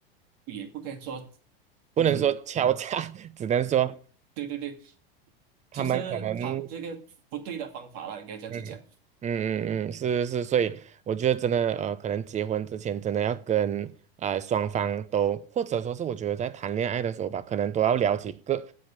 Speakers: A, on the right (about 50°); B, on the right (about 25°).
A: 也不该说。
B: 不能说敲诈，
A: 嗯，
B: <laughs> 只能说
A: 对对对，
B: 他们可能
A: 就是他这个不对的方法啦，应该这样子讲。
B: 嗯嗯嗯嗯，是是，是，所以我觉得真的呃，可能结婚之前真的要跟啊、呃双方都，或者说是我觉得在谈恋爱的时候吧，可能都要了解各